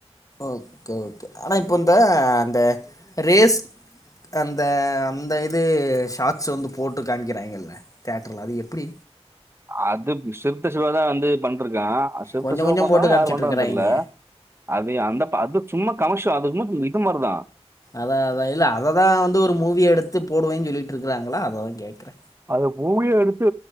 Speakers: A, on the left; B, on the right.
A: ஓகே ஓகே ஆனா இப்ப இந்த அந்த ரேஸ் அந்த அந்த இது ஷார்ட்ஸ் வந்து போட்டு காம்க்கிறாங்கல்ல தேட்டர்ல்ல அது எப்டி
B: அது சிருத்த சிவாதா வந்து பண்டுருக்கான் சிருத்த
A: கொஞ்சோ
B: சிவா
A: கொஞ்சோ
B: பண்றானா
A: போட்டு காமிச்சிட்டு
B: யாரு பண்றான்னு
A: இருக்கறாய்ங்க
B: தெர்ல அது அந்த அது சும்மா கமிஷம் அது இன்னு இது மாரிதா
A: அதா அதா இல்ல அததா வந்து ஒரு மூவி எடுத்து போடுவேன்னு சொல்லிட்டு இருக்கறாங்களா அததா கேட்கறே
B: அத மூவிய எடுத்து